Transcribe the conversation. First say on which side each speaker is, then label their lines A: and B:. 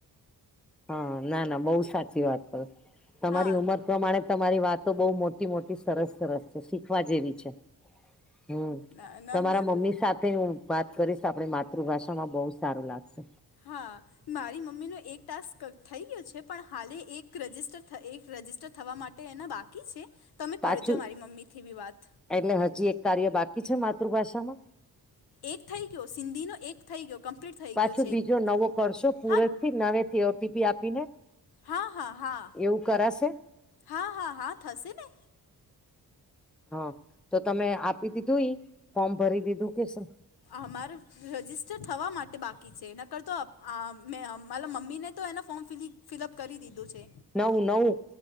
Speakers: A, in the centre; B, on the left (about 70°).
A: હા ના ના બહુ સાચી વાત કરો તમારી
B: હા
A: ઉંમર પ્રમાણે તમારી વાતો બહુ મોટી મોટી સરસ સરસ છે શીખવા જેવી છે, હમ્મ
B: ના ના
A: તમારા
B: મેં
A: મમ્મી સાથે હુ વાત કરીશ આપણી માતૃભાષામાં બહું સારું લાગશે
B: હા મારી મમ્મી નો એક ટાસ્ક થઈ ગયો છે પણ હા એક રસ્ટર એક રજિસ્ટર થવા માટે એના બાકી છે તમે
A: પાછું
B: કરજો મારી મમ્મી થી બી વાત
A: એટલે હજી એક કાર્ય બાકી છે માતૃભાષામાં
B: એક થઈ ગયો સિંધીનો એક થઈગયો કમ્પલીટ થઈ
A: પાછું
B: ગયો છે
A: બીજો
B: એક
A: નવો કરશો પૂરે
B: હા
A: થી નવે થી ઓટીપી આપીને
B: હા હા હા
A: એવું કરાશે
B: હા હા હા થશે ને
A: હા તો તમે આપી દીધું ઈ ફોર્મ ભરી દીધું કે સુ
B: અમારે રજિસ્ટર થવા માટે બાકી છે નકરતો મે માલા મમ્મી ને તો એના ફોર્મ ફિલઅપ કરી દીધું છે
A: નવું નવું